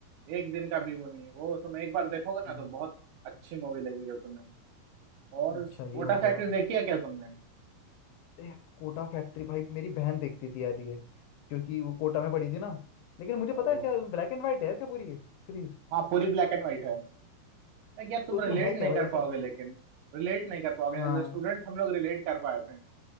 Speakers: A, on the right; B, on the left.
A: एक दिन का भी वो नहीं है वो तुम एक बार देखोगे
B: हाँ
A: ना तो बहुत अच्छी मूवी लगेगी तुम्हें और
B: अच्छा
A: कोटा
B: ये हो
A: फैक्ट्री
B: गया
A: देखी है क्या तुमने
B: ए, कोटा फैक्ट्री भाई मेरी बहन देखती थी यार ये क्योंकि वो कोटा में पड़ी थी ना लेकिन मुझे पता
A: ओ,
B: है क्या ब्लैक एंड व्हाइट है यार क्या पूरी ये सीरीज
A: हाँ पूरी ब्लैक एंड व्हाइट है लाइक यार तुम
B: तो उसमें
A: रिलेट
B: है क्या
A: नहीं
B: भाई
A: कर
B: ऐसा
A: पाओगे लेकिन रिलेट नहीं कर पाओगे
B: हाँ
A: एज ए स्टूडेंट हम लोग रिलेट कर पाए थे